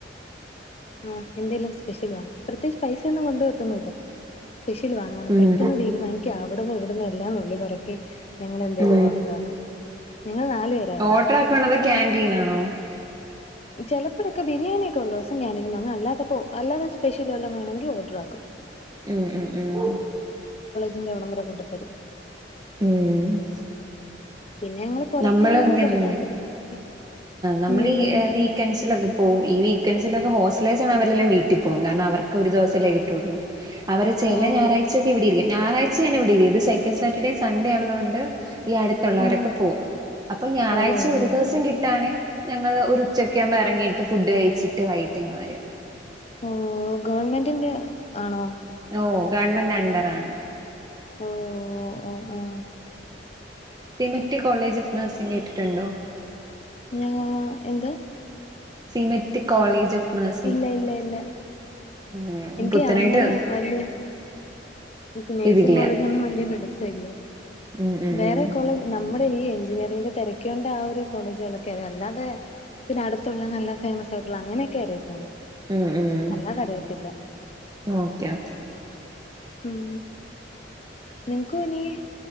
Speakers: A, on the left; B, on the right.
A: ആ എന്തേലും സ്പെഷ്യൽ വാങ്ങ പ്രത്യേകിച്ച് പൈസയൊന്നും കൊണ്ടുപോവത്തൊന്നുമില്ല സ്പെഷ്യൽ വാങ്ങ അതാണ്
B: ഉം
A: പെട്ടെന്ന് തരുമാനിക് ക്ക്‌ അവിടുന്നും ഇവിടുന്നും എല്ലാം നുള്ളി പെറക്കി ഞങ്ങളെ ന്തേലും
B: ഉം
A: ഓർഡർ ആക്കും ഞങ്ങൾ നാലു പേരായിരുന്നു.
B: ഓർഡർ ആക്കണത് ക്യാന്റീനാണോ?
A: ചിലപ്പോഴൊക്കെ ബിരിയാണിയൊക്കൊള്ള ദിവസം ക്ന്റീൻന്നാണ് അല്ലാത്തപ്പോ അല്ലാതെ സ്പെഷ്യൽ വല്ലോം വേണെങ്കിൽ ഓർഡർ ആക്കും
B: ഉം ഉം ഉം
A: തിന്റെ ഒടമന്നെ കൊണ്ടുത്തരും
B: ഉം
A: പിന്നെ ഞങ്ങള് പുറത്തു
B: നമ്മളങ്ങനെയാണ്
A: പോയും ചെറുതായിട്ട് കഴിക്കും.
B: നമ്മൾ
A: ഉം
B: ഈ വീക്കൻസിലൊക്കെ പോവും ഈ വീക്കൻസ് തിലൊക്കെ ഹോസ്റ്റലേഴസാണേ അവരെല്ലാം വീട്ടിൽ പോവും കാരണം അവർക്ക് ഒരു ദിവസല്ലേ കിട്ടുള്ളൂ അവര് ചെല
A: ഓഹ്
B: ഞാറയാഴ്ചൊക്കെ ഇവിടെരിക്കും ഞായറഴ് ശനി ഇവിടെരിക്കും ഇത്സെക്കൻ് സാറ്റർഡേ സൺഡേ ഉള്ളതോണ്ട് ഈ അടുത്തുള്ളവരൊക്കെ
A: ആഹ്
B: പോവും അപ്പൊ ഞായറാഴ്ച
A: ഓഹ്
B: ഒരു
A: ഓഹ്
B: ദിവസം കിട്ടാണേ ഞങ്ങൾ ഒരു ഉച്ചക്കെ ആവുമ്പോ ഇറങ്ങീട്ട് ഫുഡ് കഴിച്ചിട്ട് വൈകട്ടിങ്ങ് വരും
A: ഓ ഗവൺമൻ്റിൻ്റെ ആണോ
B: ഓ ഗവണ്മെൻ്റ് അണ്ടറാണ്
A: ഓ ഓ ഓ ഓ
B: സിമെറ്റ് കോളജ് ഓ്ഫ് നഴ്സിംഗ് ട്ടുണ്ടോ
A: ഞാ എന്ത്?
B: സിമെറ്റ് കോളേജ് ഓഫ് നഴ്സിംഗ്
A: ഇല്ല ഇല്ല ഇല്ല
B: ഉം
A: എനിക്ക്
B: പുത്തനായിട്ട്
A: അങ്ങനെ വല്യ മ്മക്ക് നേഴ്സിങ്
B: ഇതില്ല
A: കോളേജ് ഒന്നും വലിയ പിടുത്തല്ല
B: ഉം ഉം
A: വേറെ
B: ഉം
A: കോളേജ് നമ്മുടെ ഈ എഞ്ചിനീയറിങ്ങിന്റെ തിരക്കൊണ്ട് ആ ഒരു കോളേജുകളൊക്കെ അറിയാം അല്ലാതെ പിന്നെ അടുത്തുള്ളത് നല്ല ഫേമസ് ആയിട്ടുള്ള അങ്ങനെയൊക്കെ അറിയത്തുള്ളൂ
B: ഉം ഉം
A: അല്ലാതെ അറിയത്തില്ല
B: ഓക്കെ ഓക്കെ
A: ഉം നിങ്ങക്കിനി